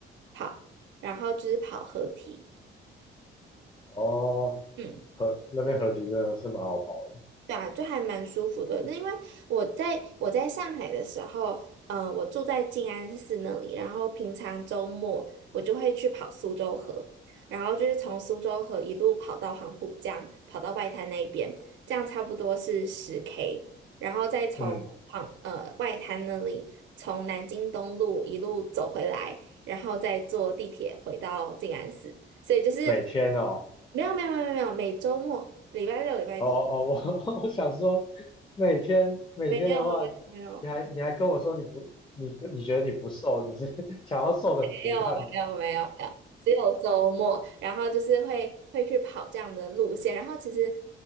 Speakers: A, on the right; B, on the left.
A: 跑，然后就是跑河堤。
B: 哦，
A: 嗯。
B: 河那边合体真的是蛮好跑的。
A: 对啊，就还蛮舒服的。那因为我在我在上海的时候，嗯、我住在静安寺那里，然后平常周末我就会去跑苏州河，然后就是从苏州河一路跑到黄浦江，跑到外滩那边，这样差不多是十 K，然后再从黄呃外滩那里从南京东路一路走回来，
B: 嗯，
A: 然后再坐地铁回到静安寺，所以就是
B: 每天哦，
A: 没有没有没有没有，每周末礼拜六礼拜天。
B: 哦哦哦，我 <laughs> 我想说，每天每天的话，
A: 没有没有
B: 你还你还跟我说你不你你觉得你不瘦，你是 <laughs> 想要瘦成竹竿的？
A: 没有啊没有啊没有啊没有啊，只有周末，然后就是会会去跑这样的路线，然后其实